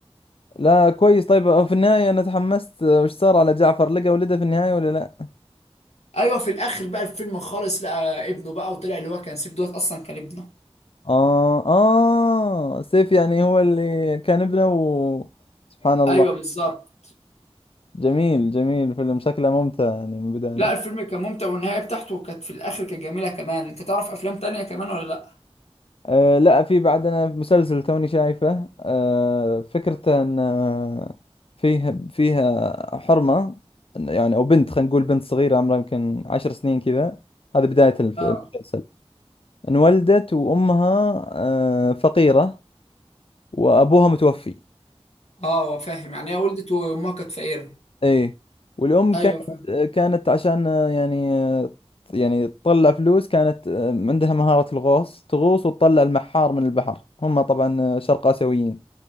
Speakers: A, on the left (about 60°); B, on the left (about 80°).
A: لا كويس طيب أه، في النهاية أنا تحمست أه، وش صار على جعفر لقى ولده في النهاية ولا لا
B: أيوه في الآخر بقى الفيلم خالص لقى ابنه بقى وطلع اللي هو كان سيف دوت أصلا كان ابنه
A: آه آه سيف يعني هو اللي كان ابنه و... سبحان الله
B: أيوه بالظبط
A: جميل جميل فيلم شكله ممتع يعني من البداية
B: لا الفيلم كان ممتع والنهاية بتاعته كانت في الآخر كانت جميلة كمان أنت تعرف أفلام تانية كمان ولا لأ؟
A: آه لا في بعدنا مسلسل توني شايفه آه فكرته ان آه، فيه فيها حرمة يعني او بنت خلينا نقول بنت صغيرة عمرها يمكن عشر سنين كذا هذه بداية الف-
B: آه
A: المسلسل انولدت وامها آه، فقيرة وابوها متوفي
B: آه فاهم يعني هي ولدت وأمها كانت فقيرة
A: ايه والام
B: أيوه
A: كانت
B: فاهم
A: كانت عشان آه، يعني آه، يعني تطلع فلوس كانت آه، عندها مهارة الغوص تغوص وتطلع المحار من البحر هم طبعا آه، شرق آسيويين